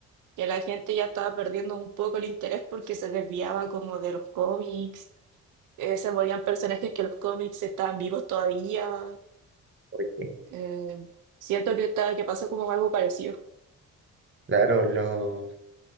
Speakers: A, on the right; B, on the right.
A: que la gente ya estaba perdiendo un poco el interés porque se desviaba como de los cómics, eh, se morían personajes que los cómics estaban vivos todavía,
B: Porque,
A: Eh, siento que, está, que pasó como algo parecido.
B: Claro, lo,